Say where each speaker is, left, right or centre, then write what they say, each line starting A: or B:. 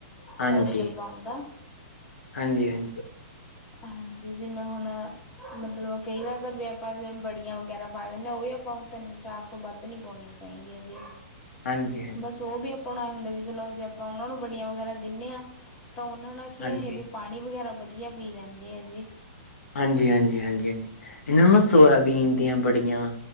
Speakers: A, on the left; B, on the left.
A: ਹਾਂਜੀ,
B: ਕਲਚਰ ਬਣਦਾ
A: ਹਾਂਜੀ‌-ਹਾਂਜੀ।
B: ਹਾਂਜੀ ਜਿਵੇਂ ਹੁਣ ਮਤਲੱਬ ਕਈ ਵਾਰ ਤਾਂ ਵੇ ਆਪਾਂ ਬੜੀਆਂ ਵਗੈਰਾ ਪਾ ਦਿੰਦੇ ਹਾਂ ਉਹ ਵੀ ਆਪਾਂ ਨੂੰ ਤਿੰਨ-ਚਾਰ ਤੋਂ ਵੱਧ ਨੀ ਪਾਉਣੀਆ ਚਾਹੀਦੀਆਂ ਜੀ।
A: ਹਾਂਜੀ ਹਾਂਜੀ
B: ਬਸ ਉਹ ਵੀ ਆਪਾਂ ਨੂੰ ਐ ਹੁੰਦੇ ਵੇ ਚਲੋ ਜੇ ਆਪਾਂ ਉਹਨਾਂ ਨੂੰ ਬੜੀਆਂ ਵਗੈਰਾ ਦਿੰਨੇ ਆ ਤਾਂ ਉਹਨਾਂ ਨਾਲ ਕੀ
A: ਹਾਂਜੀ
B: ਇਹ ਵੀ ਪਾਣੀ ਵਗੈਰਾ ਵਧੀਆ ਪੀ ਲੈਂਦੇ ਐ ਜੀ।
A: ਹਾਂਜੀ-ਹਾਂਜੀ, ਹਾਂਜੀ- ਹਾਂਜੀ ਇਹਨਾਂ ਨੂੰ ਨਾ
B: ਹਾਂਜੀ
A: ਸੋਇਆਬੀਨ ਦੀਆਂ ਬੜੀਆਂ